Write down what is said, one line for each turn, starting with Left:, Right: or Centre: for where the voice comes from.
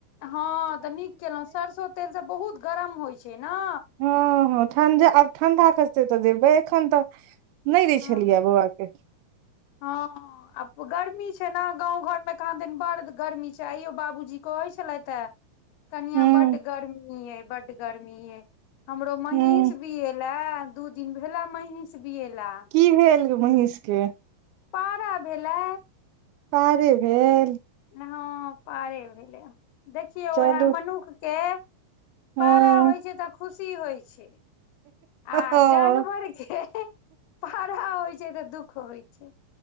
Left: हँ तऽ नीक केलहुँ सरसो तेलसँ बहुत गरम होइ छै न
Right: हँ हँ ठण्डे आब ठण्डा खसतै तऽ देबै एखन तऽ नहि दै
Left: हँ
Right: छलियै बौआ के
Left: हँ आ गर्मी छै ने गाँव घर मे कहाँ दैन बड़ गर्मी छै आइयो बाबूजी कहै छलथि हे कनियाँ
Right: हूँ
Left: बड्ड गर्मी यै बड्ड गर्मी यै हमरो महीष
Right: हूँ
Left: बिएलै दू दिन भेला महीष बियेला
Right: की भेलग <unintelligible> महीषके
Left: पारा भेलै
Right: कार्य भेल
Left: हँ पारे भेलैया देखियौ
Right: चलू
Left: उएह मनुख केँ
Right: हँ
Left: पारा होइ छै तऽ खुशी होइ छै आ
Right: हँ
Left: जानवर के पारा होइ छै तऽ दुःख होइ छै